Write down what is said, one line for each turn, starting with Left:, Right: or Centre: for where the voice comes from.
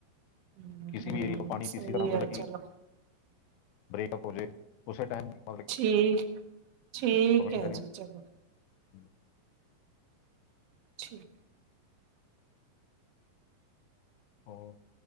Right: ਹਮ
Left: ਕਿਸੀ
Right: ਹਮ
Left: ਵੀ ਏਰੀਏ ਤੋਂ ਪਾਣੀ
Right: ਸਹੀ
Left: ਕਿਸੀ ਤਰ੍ਹਾਂ ਬਦਲ
Right: ਆ
Left: ਗਈ
Right: ਚਲੋ
Left: ਬ੍ਰੇਕਅਪ ਹੋ ਜਾਵੇ ਉਸੇ ਟਾਇਮ।
Right: ਠੀਕ -ਠੀਕ ਹੈ
Left: ਦੇਣੀ
Right: ਜੀ
Left: ਹੁੰਦੀ
Right: ਚਲੋ।
Left: ਹੈ।
Right: ਠੀਕ।
Left: <unintelligible>